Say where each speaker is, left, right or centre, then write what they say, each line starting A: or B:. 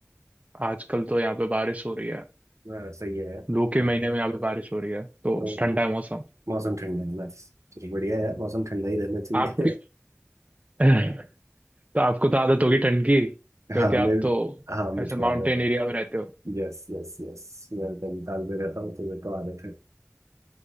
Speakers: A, on the right (about 30°); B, on the right (about 80°).
A: आजकल तो यहाँ पे बारिश हो रही है
B: हाँ, सही है यार
A: लू के
B: यहाँ
A: महीने
B: पे
A: में यहाँ पे बारिश हो रही है तो
B: तो
A: ठंडा है मौसम
B: मौसम ठंडा है नाइस चलो बढ़िया है यार मौसम ठंडा ही रहना चाहिए
A: आपकी <clears throat> <laughs> तो आपको तो आदत होगी ठंड की
B: <laughs>
A: क्योंकि
B: हाँ
A: आप
B: मैं
A: तो
B: हाँ मुझको
A: ऐसे
B: आ
A: माउंटेन
B: रहा था
A: एरिया में रहते हो
B: Yes yes yes मैं नैनीताल में रहता हूँ तो मेरे को आ रहे थे